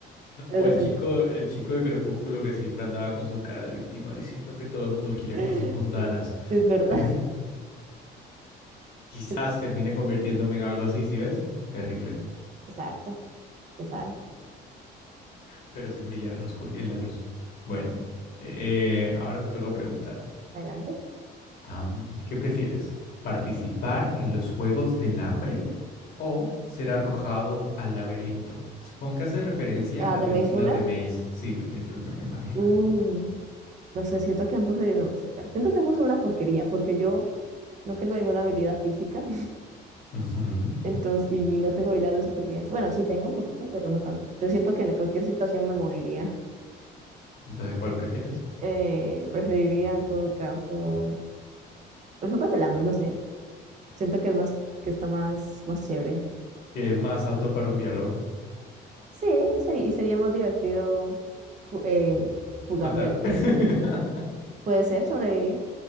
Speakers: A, on the right; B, on the left.
A: Entonces,
B: O el
A: depen-
B: chico, el chico de Crepúsculo que siempre andaba con su cara de víctima diciendo que todo el mundo quiere
A: <laughs> es
B: cosas mundanas.
A: verdad.
B: <laughs> Quizás
A: <laughs>
B: termine convirtiéndome en algo así, ¿sí ves? Terrible.
A: Exacto, que sabe.
B: Pero sin brillar en la oscur- en la luz. Bueno, eh, eh, ahora me toca preguntar.
A: Adelante.
B: Am, ¿qué prefieres? ¿Participar en los Juegos del Hambre o ser arrojado al laberinto? Supongo que hace referencia
A: Ah,
B: a la
A: The
B: película
A: Maze Runner.
B: The Maze. Sí, The Maze Runner, me imagino.
A: Uy, no sé, siento que ambos, se- se- siento que ambos son una porquería, porque yo no tengo ninguna habilidad física.
B: Ujú.
A: Entonces, y no tengo habilidades de supervivencia. Bueno, sí tengo un poquito, pero no tanto. Yo siento que en cualquier situación me moriría.
B: Entonces, ¿cuál prefieres?
A: Eh, preferiría en todo caso los juegos del hambre, no sé. Siento que es más, que está más, más chévere.
B: ¿Qué es más apto para un biólogo?
A: Sí, sería, y sería más divertido fu- eh, fugarme
B: ¿Matar?
A: el-
B: <laughs>
A: Puede ser sobrevivir.